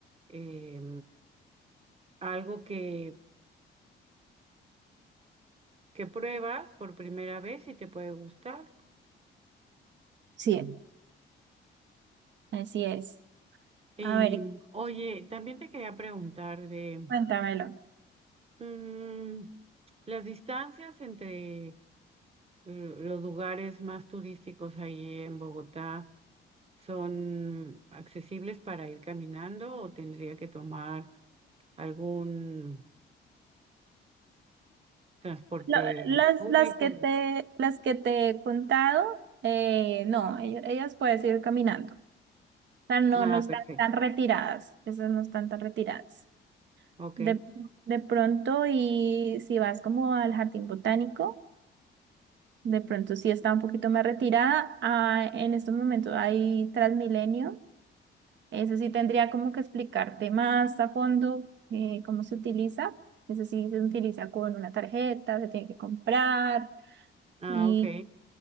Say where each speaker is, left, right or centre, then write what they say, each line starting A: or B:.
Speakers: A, on the right (about 30°); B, on the right (about 65°).
A: eh, algo que, que pruebas por primera vez y te puede gustar.
B: Sí. así es.
A: Y
B: A ver,
A: oye, también te quería preguntar de
B: cuéntamelo.
A: mm, las distancias entre eh, los lugares más turísticos ahí en Bogotá, ¿son accesibles para ir caminando o tendría que tomar algún... Transporte
B: Lo- las,
A: público.
B: las que te, las que te he contado, eh, no, ellas, ellas puedes ir caminando. O sea, no,
A: Ah,
B: no están
A: perfecto.
B: tan retiradas, esas no están tan retiradas.
A: Ok.
B: De, de pronto, y si vas como al jardín botánico, de pronto sí está un poquito más retirada. Ah, en estos momentos hay Transmilenio. Ese sí tendría como que explicarte más a fondo eh, cómo se utiliza. Ese sí se utiliza con una tarjeta, se tiene que comprar,
A: Ah,
B: y,
A: ok.